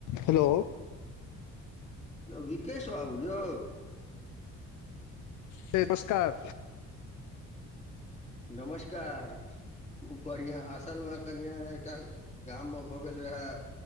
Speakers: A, on the left; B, on the left.
A: Hello.
B: Vikesh बाबू यौ।
A: ह नमस्कार।
B: नमस्कार। खूब बढ़िया आसल मे कनि एकटा गाम मे भऽ गेल रहै।